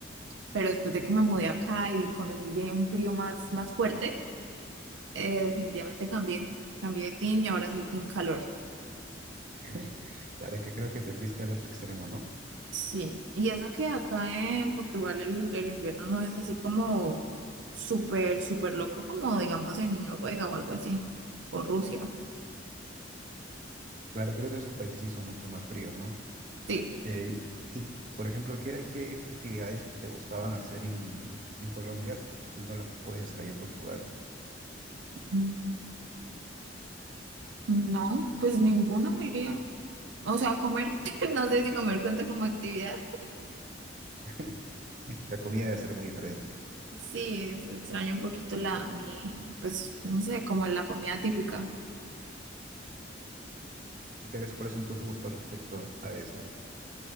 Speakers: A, on the right; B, on the right.
A: pero después de que me mudé acá y conocí bien un frío más, más fuerte, eh, definitivamente cambié, cambié de team y ahora soy team calor.
B: <laughs> Claro, es que creo que te fuiste al otro extremo, ¿no?
A: Sí, y eso que acá en Portugal el, el invierno no es así como súper, súper loco como digamos en Noruega o algo así, o Rusia.
B: Claro, creo que esos países sí son mucho más fríos, ¿no?
A: Sí.
B: Eh, y, por ejemplo, ¿qué, qué actividades que te gustaban hacer en, en Colombia no las puedes hacer allá en Portugal?
A: Mm, No, pues ninguno diría. O sea, comer, <laughs> no sé si comer cuenta como actividad,
B: <laughs> La comida debe ser muy diferente.
A: Sí, es- extraño un poquito la, mi, pues, no sé, como la comida típica.
B: ¿Y qué, cuáles son tus gustos respecto a eso?